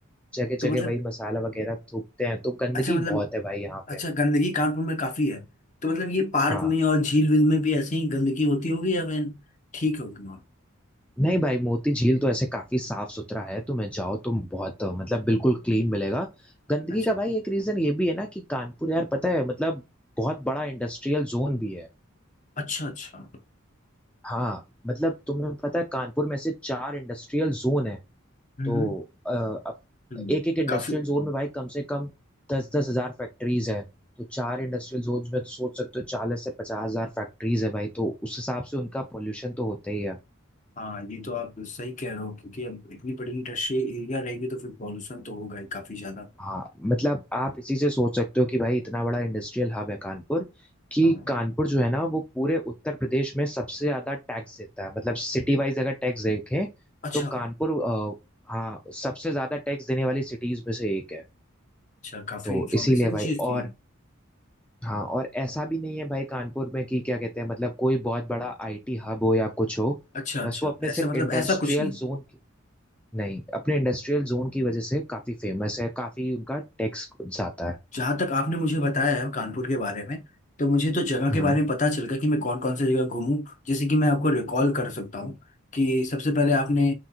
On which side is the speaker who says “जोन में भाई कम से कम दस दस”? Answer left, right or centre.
Centre